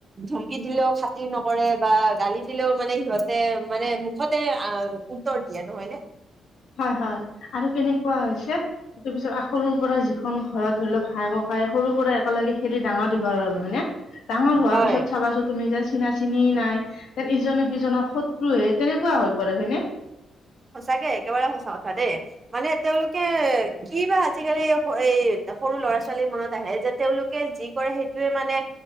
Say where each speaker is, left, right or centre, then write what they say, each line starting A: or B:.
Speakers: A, on the right; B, on the left.
A: ধমকি দিলেও খাতি নকৰে বা গালি দিলেও মানে সিহঁতে মানে মুঠতে আ উত্তৰ দিয়ে নহয় নে
B: হয় হয় আৰু কেনেকোৱা হৈছে তাৰ পিছত সৰুৰ পৰা যিখন ঘৰত ধৰি লওঁক ভাই ককাই সৰুৰ পৰা একেলগে খেলি ডাঙৰ দীঘল হ'ল হয়নে ডাঙৰ হোৱাৰ
A: হয়
B: পিছত চাবা চোন তুমি যেন চিনা চিনি নাই যেন ইজনে সিজনৰ শত্ৰু হে তেনেকোৱা হৈ পৰে হয়নে
A: সঁচাকে একেবাৰে সঁচা কথা দেই মানে তেওঁলোকে কি বা আজিকালি এই সৰু ল'ৰা ছোৱালীৰ মনত আহে যে তেওঁলোকে যি কৰে সেইটোৱে মানে